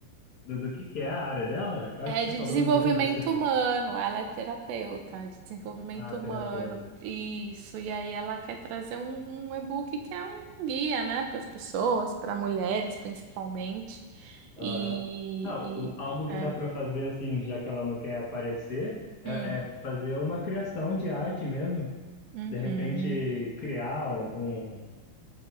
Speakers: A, on the left; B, on the right.
A: Do, do que que é a área dela? Eu acho
B: É
A: que você
B: de
A: falou,
B: desenvolvimento
A: eu não lembro, eu esqueci.
B: humano, ela é terapeuta, é de desenvolvimento
A: Ah,
B: humano,
A: terapeuta.
B: isso. E aí ela quer trazer um, um e-book que é um guia, né, para as pessoas, para mulheres principalmente. E,
A: Aham. Ah, o- algo
B: e
A: que
B: é.
A: dá para fazer, assim, já que ela não quer aparecer,
B: Hum,
A: é, é fazer uma criação de arte mesmo.
B: uhum,
A: De repente, criar um,